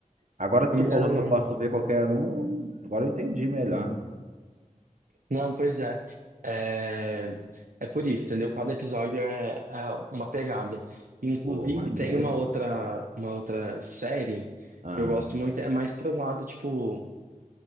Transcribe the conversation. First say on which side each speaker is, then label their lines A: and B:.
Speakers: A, on the right; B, on the right.
A: Agora que
B: Não,
A: tu falou
B: não.
A: que eu posso ver qualquer um, agora eu entendi melhor.
B: Não, pois é. É, é por isso, entendeu? Cada episódio é, é uma pegada. Inclusive,
A: Pô, maneiro.
B: tem uma outra, uma outra série
A: Ah,
B: que eu gosto muito, é mais para um lado, tipo,